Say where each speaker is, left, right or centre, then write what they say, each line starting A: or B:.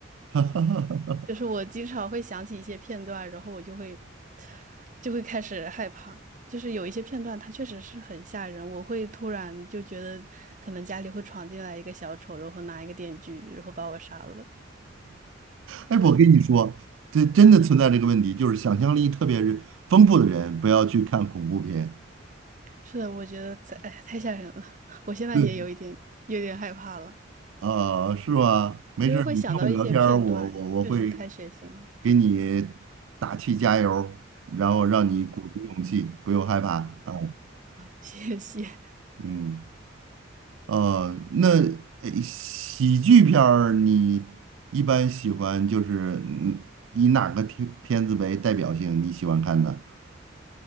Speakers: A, on the right; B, on the right.
A: <laughs>
B: 就是我经常会想起一些片段，然后我就会就会开始害怕。就是有一些片段，它确实是很吓人，我会突然就觉得可能家里会闯进来一个小丑，然后拿一个电锯，然后把我杀了。
A: 哎，我跟你说，这真的存在这个问题，就是想象力特别是丰富的人，不要去看恐怖片。
B: 是的，我觉得在，哎，太吓人了，<laughs> 我现在也有一点有点害怕了。
A: 对，啊、是吧？没事儿你跟我聊天儿我我我会
B: 因为会想到一些片段，确实太血腥了。
A: 给你打气加油儿然后让你鼓足勇气，不用害怕啊。
B: <laughs> 谢谢。
A: 嗯，呃，那呃喜剧片儿你一般喜欢就是嗯以哪个片片子为代表性？你喜欢看的？